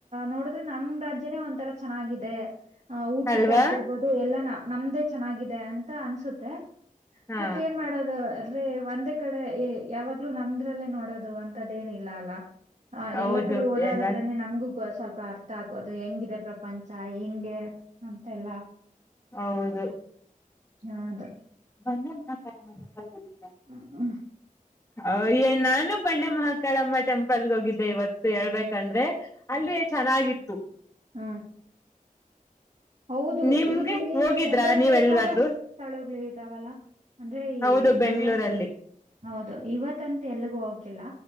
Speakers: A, on the right; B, on the left.
A: ನೋಡಿದ್ರೆ ನಮ್ಮ್ ರಾಜ್ಯ ಏನೋ ಒಂತರ ಚೆನ್ನಾಗಿದೆ ಆ ಊಟದ್ದ
B: ಅಲ್ವಾ
A: ಆಗಿರ್ಬೋದು ಎಲ್ಲಾನ ನಮ್ದೇ ಚೆನ್ನಾಗಿದೆ ಅಂತ ಅನ್ಸುತ್ತೆ
B: ಹಾ
A: ಮತ್ತೆ ಏನ್ ಮಾಡೋದು ಅಂದ್ರೆ ಒಂದೇ ಕಡೆ ಎ ಯಾವಾಗ್ಲೂ ನಮ್ ದ್ರಲ್ಲೇ ನೋಡೋದು ದು ಅಂತದ್ ಏನಿಲ್ಲ ಅಲ್ಲ
B: ಹೌದು
A: ಎಲ್ಲಾ ಕಡೆ ಓಡಾಡದ್ರನೆ
B: ಎಲ್ಲ
A: ನಮಗು ಸ್ವಲ್ಪ ಅರ್ಥ ಆಗೋದು ಹೆಂಗಿದೆ ಪ್ರಪಂಚ ಹೆಂಗೆ ಅಂತೆಲ್ಲ
B: ಹೌದು
A: ಹಾ ದು
B: ಬಂಡಿ ಮಹಾಕಾಳಮ್ಮ ಟೆಂಪಲ್ ಹೋಗಿ
A: ಹಾ ಹ್ಮ
B: ಅ ಏ ನಾನು ಬಂಡೆ ಮಹಾಕಾಳಮ್ಮ ಟೆಂಪಲ್ಗೆ ಹೋಗಿದ್ದೆ ಇವತ್ತು ಹೇಳ್ಬೇಕಂದ್ರೆ ಅಲ್ಲಿ ಚೆನ್ನಾಗಿತ್ತು
A: ಹು ಹೌದು
B: ನಿಮ್ಗೆ
A: ಇಲ್ಲಿ
B: ಹೋಗಿದ್ರಾ
A: ಅಂದ್ರೆ
B: ನೀವ್
A: ಬೇಕಾದಷ್ಟು
B: ಎಲ್ಗಾದ್ರು
A: ಸ್ಥಳಗಳು ಇದ್ದಾವಲ್ಲ ಅಂದ್ರೆ ಈ
B: ಹೌದು ಬೆಂಗ್ಗಳೂರಲ್ಲಿ
A: ಇವತ್ ಹೌದು ಇವತಂತ್ತು ಎಲ್ಗೂ ಹೋಗಕಿಲ್ಲ